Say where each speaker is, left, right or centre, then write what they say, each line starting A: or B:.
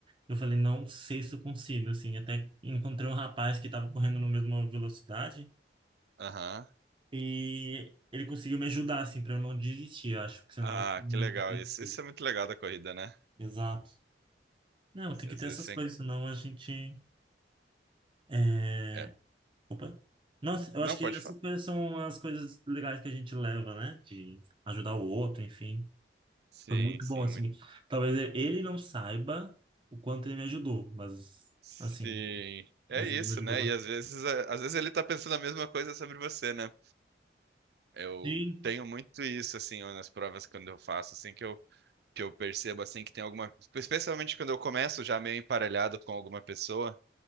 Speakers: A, on the right; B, on the right.
A: Eu falei, não sei se eu consigo, assim. Até encontrei um rapaz que tava correndo na mesma velocidade
B: Aham.
A: e ele conseguiu me ajudar, assim, pra eu não desistir. Eu acho que senão
B: Ah,
A: eu tinha
B: que legal
A: desistido.
B: isso. Isso é muito legal da corrida, né?
A: Exato. Não,
B: Você,
A: tem que
B: Às
A: ter
B: vezes
A: essas
B: você...
A: coisas, senão a gente. É...
B: é,
A: Opa. Nossa, eu
B: Não
A: acho que
B: pode
A: essas
B: falar.
A: coisas são as coisas legais que a gente leva, né? De ajudar o outro, enfim.
B: Sim,
A: Foi muito
B: sim,
A: bom, assim.
B: muito.
A: Talvez ele não saiba o quanto ele me ajudou, mas,
B: Sim.
A: assim, mas
B: É isso,
A: ele me ajudou
B: né?
A: bastante.
B: E às vezes, é, às vezes ele tá pensando a mesma coisa sobre você, né? Eu
A: Sim,
B: tenho muito isso, assim, nas provas quando eu faço, assim, que eu, que eu percebo, assim, que tem alguma... Especialmente quando eu começo já meio emparelhado com alguma pessoa,